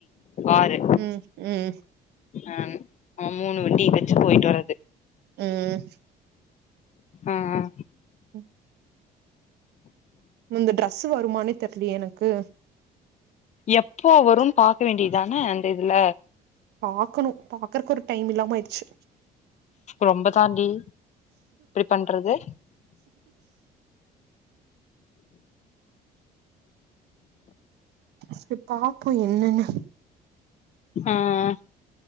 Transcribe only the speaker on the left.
ஆறு
ஆ ஆ மூனு வெண்டி வெச்சு போய்ட்டு வரது
அ அ
எப்போ வரும்னு பாக்க வேண்டியதான அந்த இதுல
ரொம்ப தாண்டி ப்டி பண்றது
ஆஅ